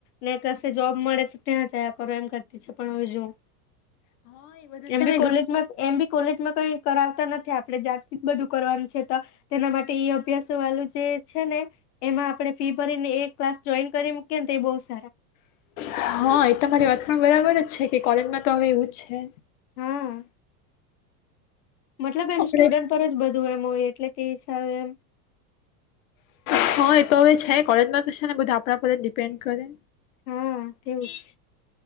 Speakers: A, on the left (about 80°); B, on the left (about 60°).
A: ને કશે જોબ મળે તો ત્યાં જયા કરો એમ કરતી છે પણ હવે જોઉં.
B: હા એ બધા
A: એમ
B: છે
A: બી
B: ને
A: કોલેજમાં એમ બી કોલેજ કઈ કરાવતા નથી આપણેે જાત જ બધું કરવાનું છે તો, તેના માટે એ અભ્યાસો વાળું જે છે ને, એમાં આપડે ફી ભરીને એ ક્લાસ જોઈન કરી મૂકીએ ને એ બ
B: હા એ તમારી વાત પણ બરાબર જ છે. કે કલેજમાં તો હવે એવુ જ છે.
A: હા મતલબ એમ
B: આપણે
A: સ્ટુડન્ટ પર જ બધું એમ. હોય એટલે તે સાબ એમ.
B: હા એ તો હવે છે કોલેજમાં તોશે ને બધું આપણા પર જ ડિપેન્ડ કરે.
A: હા તેવુંજ.